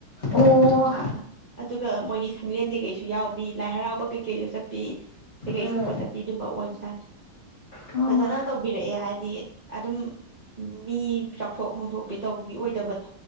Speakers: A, on the left; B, on the right.
A: ꯑꯣ
B: ꯅꯨꯄꯥꯗꯣ ꯑꯗꯨꯒ ꯃꯣꯏꯒꯤ ꯁꯪꯂꯦꯟ ꯀꯩꯀꯩꯁꯨ ꯌꯥꯎꯕꯤ ꯂꯥꯏ ꯍꯔꯥꯎꯕ ꯀꯩꯀꯩꯁꯨ ꯆꯠꯄꯤ ꯀꯩꯀꯩ
A: ꯎꯝ
B: ꯁꯛꯄ ꯆꯠꯄꯤ ꯑꯗꯨꯝꯕ ꯑꯣꯏꯕꯖꯥꯠ
A: ꯑꯣ
B: ꯐꯖꯅ ꯇꯧꯕꯤꯔꯛꯑꯦ ꯍꯥꯏꯗꯤ ꯑꯗꯨꯝ ꯃꯤ ꯆꯥꯎꯊꯣꯛ ꯅꯨꯡꯊꯣꯛꯄꯤ ꯇꯧꯕꯤ ꯑꯣꯏꯗꯕꯗꯣ